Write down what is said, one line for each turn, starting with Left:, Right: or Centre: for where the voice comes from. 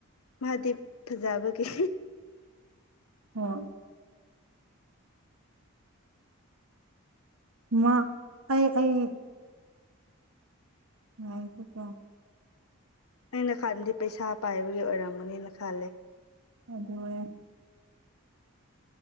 Left: ꯃꯍꯥꯗꯤꯞ ꯐꯖꯥꯕꯒꯤ
Right: ꯑꯣ ꯃꯥ ꯑꯩ ꯑꯩ ꯑꯀꯣ <unintelligible>
Left: ꯑꯩꯅ ꯈꯟꯗꯤ ꯄꯩꯁꯥ ꯄꯥꯏꯕꯒꯤ ꯑꯣꯏꯔꯝꯃꯅꯤꯅ ꯈꯜꯂꯦ
Right: ꯑꯗ